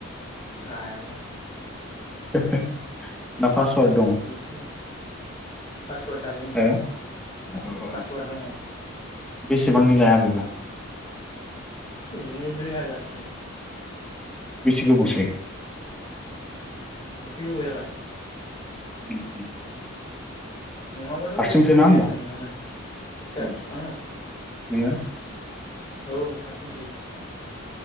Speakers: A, on the left; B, in the centre.
A: लायालै आं
B: <unintelligible> दं
A: बिसो पासवार्ड थायो उम
B: हो औ औ
A: पासवार्ड दङ।
B: बेसेबांनि लाया बेबा
A: बिदिनो दुइ हाजारसो
B: बेसे गोबावसै?
A: एसे गोबाव जाबाय।
B: <unintelligible>
A: नङाबाथ'
B: हारसिंसो
A: गोसोबायदि
B: ना होमबा
A: जायोमोन न'आवनो सोर
B: उम,
A: आङो
B: नोङो
A: औ औ हारसिंससो